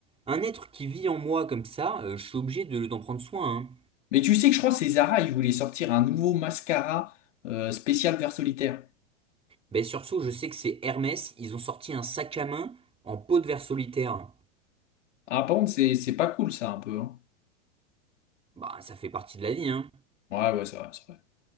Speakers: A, on the right; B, on the left.
A: un être qui vit en moi comme ça, euh, je suis obligé de, d'en prendre soin, hein.
B: Mais tu sais que je crois que c'est Zara, ils voulaient sortir un nouveau mascara euh, spécial vert solitaire.
A: Ben surtout, je sais que c'est Hermès, ils ont sorti un sac à main en peau de verre solitaire.
B: Ah, par contre, c'est c'est pas cool ça un peu. hein.
A: Bah, ça fait partie de la vie, hein.
B: Ouais, ouais, c'est vrai, c'est vrai.